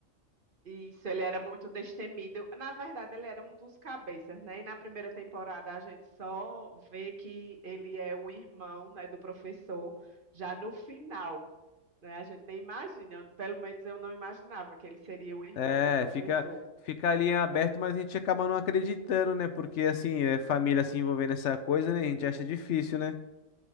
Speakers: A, on the right; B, on the left.
A: Isso, ele era muito destemido. Na verdade, ele era um dos cabeças, né? E na primeira temporada a gente só vê que ele é o irmão, né, do professor, já no final, né? A gente nem imagina, eu- pelo menos eu não imaginava que ele seria o irmão
B: É,
A: do professor.
B: fica, fica ali em aberto, mas a gente acaba não acreditando, né? Porque assim, é família se envolvendo nessa coisa, né? A gente acha difícil, né?